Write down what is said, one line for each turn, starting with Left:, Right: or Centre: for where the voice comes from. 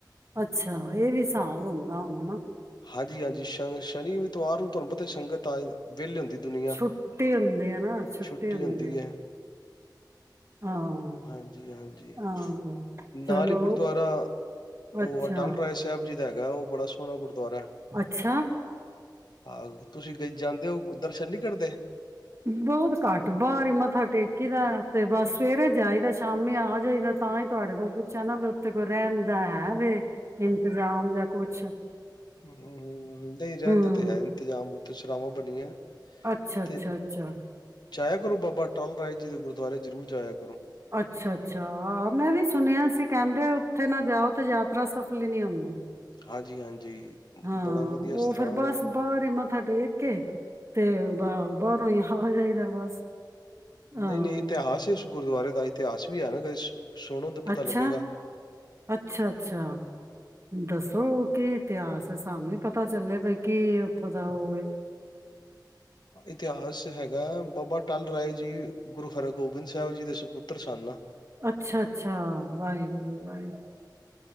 Right: ਅੱਛਾ ਇਹ ਵੀ ਹਿਸਾਬ ਹੁੰਦਾ ਹੁਣ ਹਨਾ।
Left: ਹਾਂਜੀ ਹਾਂਜੀ ਸ਼ਗ ਸ਼ਨੀ ਵੀ ਐਤਵਾਰ ਨੂੰ ਤੁਹਾਨੂੰ ਪਤਾ ਸੰਗਤ ਆਏ ਵਿਹਲੇ ਹੁੰਦੀ ਦੁਨੀਆਂ
Right: ਛੁੱਟੇ ਹੁੰਦੇ ਆ ਨਾ, ਛੁੱਟੇ
Left: ਛੁੱਟੀ
Right: ਹੁੰਦੇ
Left: ਹੁੰਦੀ
Right: ਆ।
Left: ਹੈ।
Right: ਹਾਂ,
Left: ਹਾਂਜੀ ਹਾਂਜੀ।
Right: ਹਾਂ,
Left: ਨਾਲ
Right: ਚਲੋ
Left: ਹੀ ਗੁਰਦੁਆਰਾ ਉਹ
Right: ਅੱਛਾ।
Left: ਅੱਟਲ ਰਾਏ ਸਾਹਿਬ ਜੀ ਦਾ ਹੈਗਾ ਉਹ ਬੜਾ ਗੁਰਦੁਆਰਾ ਹੈ।
Right: ਅੱਛਾ
Left: ਹਾਂ ਤੁਸੀਂ ਜਾਂਦੇ ਹੋ ਦਰਸ਼ਨ ਨਹੀਂ ਕਰਦੇ।
Right: ਬਹੁਤ ਘੱਟ ਬਾਹਰ ਹੀ ਮੱਥਾ ਟੇਕੀ ਦਾ ਤੇ ਬਸ ਸਵੇਰੇ ਜਾਈਦਾ ਸ਼ਾਮੀ ਆ ਜਾਈਦਾ ਤਾਂ ਹੀ ਤੁਹਾਡੇ ਕੋਲ ਪੁੱਛਿਆ ਨਾ ਵੀ ਉੱਥੇ ਕੋਈ ਰਹਿਣ ਦਾ ਹੈ ਵੀ ਇੰਤਜ਼ਾਮ ਜਾਂ ਕੁਛ
Left: ਹੂੰ ਹੂੰ ਨਈ
Right: ਹੂੰ,
Left: ਰਹਿਣ ਦਾ ਤੇ ਹੈ ਇੰਤਜ਼ਾਮ। ਅਤੇ ਸ਼ਰਾਵਾਂ ਬਣੀਆਂ
Right: ਅੱਛਾ,
Left: ਤੇ
Right: ਅੱਛਾ, ਅੱਛਾ।
Left: ਜਾਇਆ ਕਰੋ ਬਾਬਾ, ਅਟਾਲ ਰਾਏ ਜੀ ਦੇ ਗੁਰਦੁਆਰੇ, ਜ਼ਰੂਰ ਜਾਇਆ ਕਰੋ
Right: ਅੱਛਾ-ਅੱਛਾ ਮੈਂ ਵੀ ਸੁਣਿਆ ਸੀ। ਕਹਿੰਦੇ ਉੱਥੇ ਨਾ ਜਾਓ, ਤੇ ਯਾਤਰਾ ਸਫਲ ਹੀ ਨੀ ਹੁੰਦੀ।
Left: ਹਾਂਜੀ-ਹਾਂਜੀ।
Right: ਹਾਂ
Left: ਬੜਾ ਵਧੀਆ
Right: ਉਹ
Left: ਸਥਾਨ
Right: ਫੇਰ ਬਸ
Left: ਹੈ
Right: ਬਾਹਾਰੇ ਮੱਥਾ ਟੇਕ ਕੇ। ਤੇ ਬਾਹਰੋਂ ਹੀ ਆ ਜਾਈਦਾ ਬਸ ਹਾਂ
Left: ਨਹੀਂ-ਨਹੀਂ ਇਤਿਹਾਸ ਇਸ ਗੁਰਦੁਆਰੇ ਦਾ। ਇਤਿਹਾਸ ਵੀ ਐ ਨਾ, ਕਦੇ ਸੁਣੋ ਤਾਂ ਪਤਾ
Right: ਅੱਛਾ-ਅੱਛਾ-ਅੱਛਾ
Left: ਲੱਗੇਗਾ।
Right: ਦੱਸੋ,
Left: ਹੂੰ।
Right: ਕੀ ਇਤਿਹਾਸ ਤੇ ਸਾਨੂੰ ਵੀ ਪਤਾ ਚੱਲੇ, ਵੀ ਕੀ ਉੱਥੋਂ ਦਾ ਉਹ ਐ।
Left: ਇਤਿਹਾਸ ਹੈਗਾ ਬਾਬਾ ਟਲ ਰਾਏ ਜੀ ਗੁਰੂ ਹਰਿਗੋਬਿੰਦ ਸਾਹਿਬ ਜੀ ਦੇ ਸਪੁੱਤਰ ਸਨ।
Right: ਅੱਛਾ-ਅੱਛਾ, ਵਾਹਿਗੁਰੂ-ਵਾਹਿਗੁਰੂ